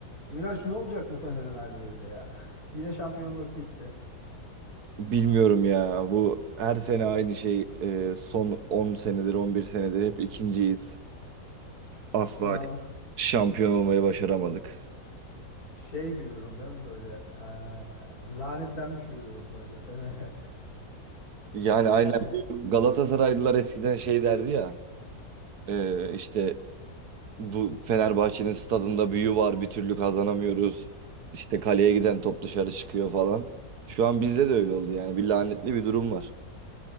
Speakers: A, on the left; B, on the right.
A: E, Miraç ne olacak bu Fener'in hali böyle ya? <laughs> Yine şampiyonluk gitti.
B: Bilmiyorum ya. Bu her sene aynı şey. Ee, son 10 senedir, 11 senedir hep ikinciyiz. Asla
A: Vallahi
B: şampiyon olmayı başaramadık.
A: <laughs> şey bir durum değil mi böyle? Ee, lanetlenmiş bir durum böyle Fener'e. <laughs>
B: Yani aynen
A: Yani
B: bu Galatasaraylılar eskiden şey derdi ya. e, işte bu Fenerbahçe'nin stadında büyü var bir türlü kazanamıyoruz. İşte kaleye giden top dışarı çıkıyor falan. Şu an bizde de öyle oldu yani. Bir lanetli bir durum var.